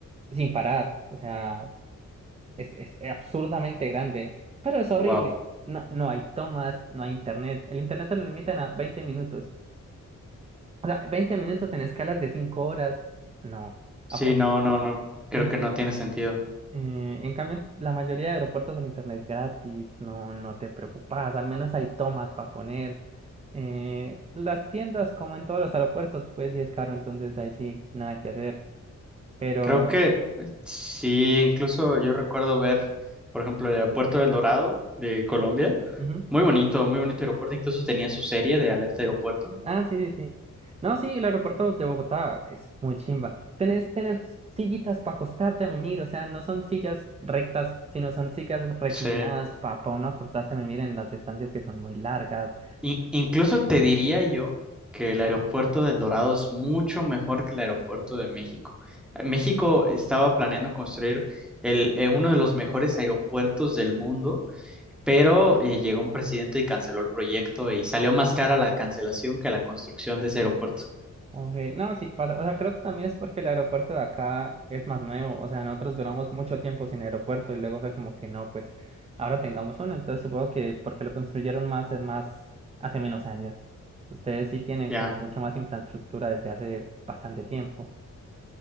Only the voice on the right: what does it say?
sin parar. O sea, es, es absurdamente grande, pero es horrible.
No, no hay tomas, no hay internet. El internet te lo limitan a 20 minutos. O sea, 20 minutos en escalas de 5 horas, no.
Aparte,
sí.
eh, en cambio, la mayoría de aeropuertos el internet es gratis, no, no te preocupas, al menos hay tomas para poner. Eh, las tiendas, como en todos los aeropuertos, pues sí es caro, entonces ahí sí, nada que hacer. Pero,
ujú.
Ah, sí, sí, sí. No, sí, el aeropuerto de Bogotá es muy chimba. Tenés, tenés sillitas para acostarte a mimir, o sea, no son sillas rectas, sino son sillas reclinadas
para uno acostarse a mimir en las estancias que son muy largas.
Ok, No, sí pasa. O sea, creo que también es porque el aeropuerto de acá es más nuevo. O sea, nosotros duramos mucho tiempo sin aeropuerto y luego fue como que no, pues ahora tengamos uno. Entonces supongo que porque lo construyeron más, más hace menos años. Ustedes sí tienen
como mucha más infraestructura desde hace bastante tiempo.